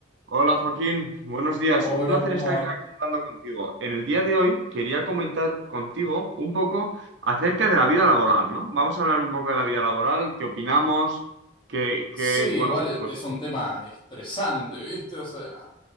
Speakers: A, on the right (about 70°); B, on the left (about 25°).
A: Hola Joaquín, buenos días.
B: Hola,
A: Un placer
B: ¿cómo
A: estar
B: va?
A: aquí hablando contigo. En el día de hoy quería comentar contigo un poco acerca de la vida laboral, ¿no? Vamos a hablar un poco de la vida laboral, qué opinamos, qué, qué,
B: Sí,
A: bueno,
B: igual e-
A: pues
B: es un tema estresante, ¿viste? O sea,